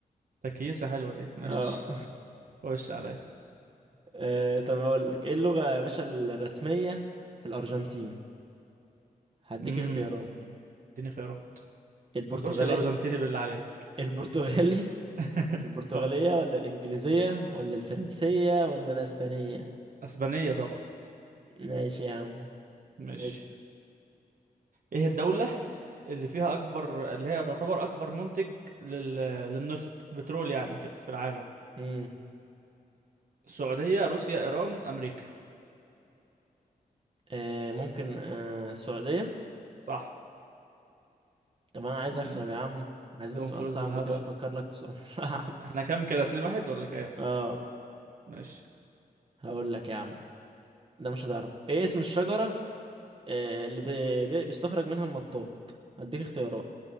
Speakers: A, on the right; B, on the right.
A: تكيسة حلوة دي ماشي
B: اه
A: خش عليا
B: آه، طب اقول لك ايه اللغة يا باشا الرسمية في الارجنتين هديك
A: امم
B: اختيارات
A: اديني خيارات
B: البرتغالي
A: ما تقولش الأرجنتيني بالله عليك
B: البرتغالي
A: <laughs>
B: البرتغالية
A: اه
B: ولا الانجليزية ولا الفرنسية ولا الاسبانية
A: أسبانية طبعا
B: ماشي يا عم
A: ماشي
B: بس
A: ايه الدولة اللي فيها اكبر اللي هي تعتبر اكبر منتج لل... للنفط بترول يعني وكده في العالم
B: امم
A: السعودية روسيا ايران امريكا
B: آه ممكن آه السعودية
A: صح
B: طب انا عايز
A: عندهم
B: اكسب يا عم عايزين سؤال
A: فلوس
B: صعب
A: بالهبل
B: كده افكر لك في سؤال <laughs> صعب
A: احنا كام كده اتنين واحد ولا كام
B: اه
A: ماشي
B: هقول لك يا عم ده مش هتعرفه ايه اسم الشجرة آه، اللي بي- بي- بيستخرج منها المطاط هديك اختيارات